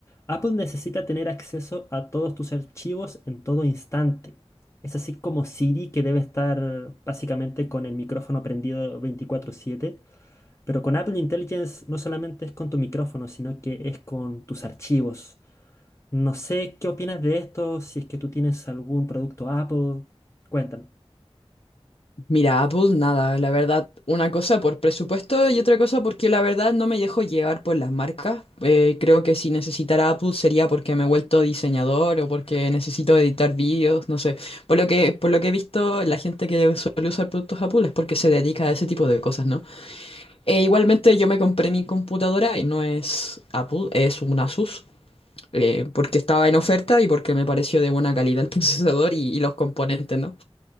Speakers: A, on the left; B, on the left.
A: Apple necesita tener acceso a todos tus archivos en todo instante. Es así como Siri, que debe estar básicamente con el micrófono prendido 24/7. Pero con Apple Intelligence no solamente es con tu micrófono, sino que es con tus archivos. No sé qué opinas de esto, si es que tú tienes algún producto Apple, cuéntame.
B: Mira, Apple, nada, la verdad, una cosa por presupuesto y otra cosa porque la verdad no me dejo llevar por las marcas. Eh, creo que si necesitara Apple sería porque me he vuelto diseñador o porque necesito editar vídeos, no sé. Por lo que, por lo que he visto, la gente que suele usar productos Apple es porque se dedica a ese tipo de cosas, ¿no? E igualmente yo me compré mi computadora y no es Apple, es un Asus. eh, porque estaba en oferta y porque me pareció de buena calidad el <laughs> procesador y, y los componentes, ¿no?